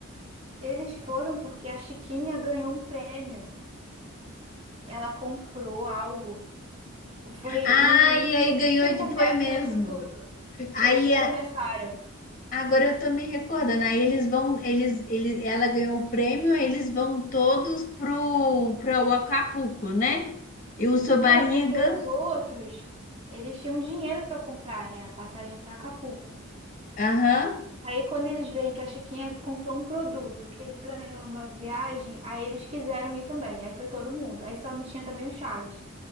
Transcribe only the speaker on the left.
Ah,
e aí
ganhou,
de- foi mesmo.
Aí
é,
agora eu tô me recordando, aí eles vão, eles, eles, ela ganhou o prêmio, aí eles vão todos pro, pro Acapulco, né? E o seu Barriga,
aham,